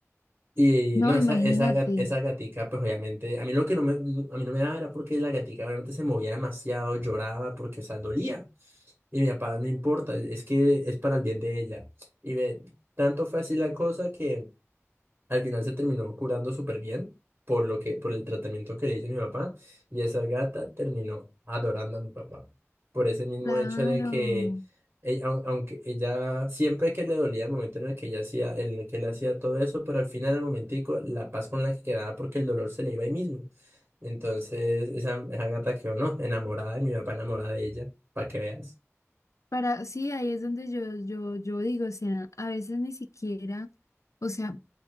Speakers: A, on the right (about 40°); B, on the left (about 80°).
A: Y
B: No,
A: no, esa,
B: imagínate.
A: esa, gat- esa gatica, pues obviamente, a mí lo que no me, a mí no me daba era porque la gatica obviamente se movía demasiado, lloraba, porque, o sea, dolía. Y mi papá, no importa, es que es para el bien de ella. Y ve, tanto fue así la cosa que... Al final se terminó curando súper bien por lo que, por el tratamiento que le hice a mi papá y esa gata terminó adorando a mi papá. Por ese mismo
B: Claro.
A: hecho de que, e- aun- aunque ella, siempre que le dolía el momento en el que ella hacía, en el que le hacía todo eso, pero al final, al momentico, la paz con la que quedaba porque el dolor se le iba ahí mismo. Entonces, esa, esa gata quedó, ¿no? Enamorada de mi papá, enamorada de ella, para que veas.
B: Para, sí, ahí es donde yo, yo, yo digo, o sea, a veces ni siquiera, o sea,